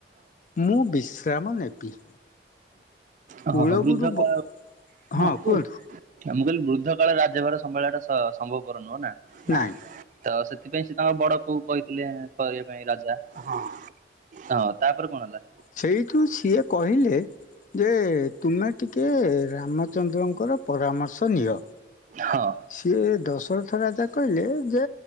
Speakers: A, on the left; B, on the right.
A: ମୁଁ ବିଶ୍ରାମ ନେବି।
B: ଓ
A: କୂଳଗୁରୁ
B: ହ ହୋ ବୃଦ୍ଧ <unintelligible>
A: ବ ହଁ
B: ମୁଁ
A: କୁହନ୍ତୁ
B: କହିଲି ବୃଦ୍ଧ କାଳେ ରାଜ୍ୟଭାର ସମ୍ଭାଳିବା ଟା ସ ସମ୍ଭବପର ନୁହଁ ନା।
A: ନାଇଁ
B: ତ ସେଥିପାଇଁ ସେ ତାଙ୍କ ବଡ ପୁଅ କହିଥିଲେ କରିବା ପାଇଁ ରାଜା ହଁ। ତାପରେ କଣ ହେଲା?
A: ସେଇଠୁ ସିଏ କହିଲେ ଯେ ତୁମେ ଟିକେ ରାମଚନ୍ଦ୍ରଙ୍କର ପରାମର୍ଶ ନିଅ।
B: ହଁ।
A: ସିଏ ଦଶରଥ ରାଜା କହିଲେ ଯେ,